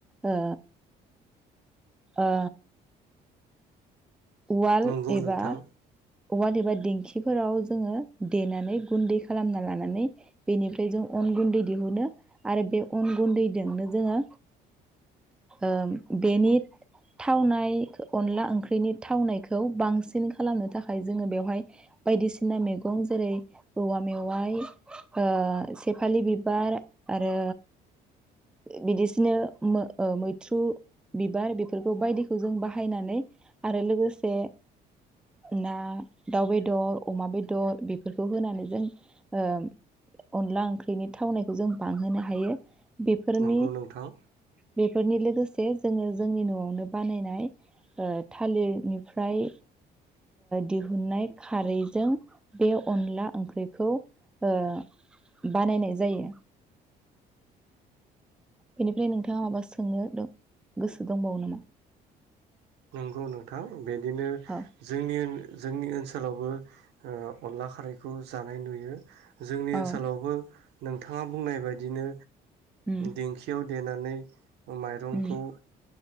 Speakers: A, in the centre; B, on the right.
A: ओ ओ उवाल
B: नंगौ
A: एबा
B: नोंथां
A: उवाल एबा दिंखिफोराव जोङो देनानै गुन्दै खालामना लानानै बेनिफ्राय जों अन गुन्दै दिहुनो आरो बे अन गुन्दैजोंनो जोङो ओ बेनि थावनाय अनला ओंख्रिनि थावनायखौ बांसिन खालामनो थाखाय जोङो बेवहाय बायदिसिना मैगं जेरै औवा मेवाइ ओ सेफालि बिबार आरो बिदिसिनो ओ मैथ्रु बिबार बेफोरखौ बायदिखौ जों बाहायनानै आरो लोगोसे ना दाउ बेदर अमा बेदर बेफोरखौ होनानै जों ओ अनला ओंख्रिनि थावनायखौ जों बांहोनो हायो। बेफोरनि
B: नंगौ नोंथां
A: बेफोरनि लोगोसे जोङो जोंनि न'आवनो बानायनाय ओ थालिरनिफ्राय दिहुननाय खारैजों बे अनला ओंख्रिखौ ओ बानायनाय जायो बेनिफ्राय नोंथाङा माबा सोंनो दं गोसो दंबावो नामा?
B: नंगौ नोंथां बिदिनो
A: औ
B: जोंनि जोंनि ओनसोलावबो ओ अनला खारैखौ जानाय नुयो। जोंनि
A: औ
B: ओनसोलावबो नोंथाङा बुंनाय बायदिनो
A: उम
B: दिंखियाव देनानै बा माइरंखौ
A: उम